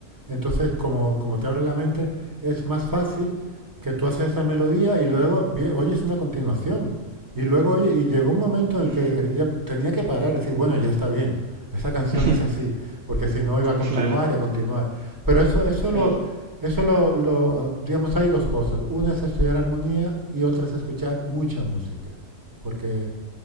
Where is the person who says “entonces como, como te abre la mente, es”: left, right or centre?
Right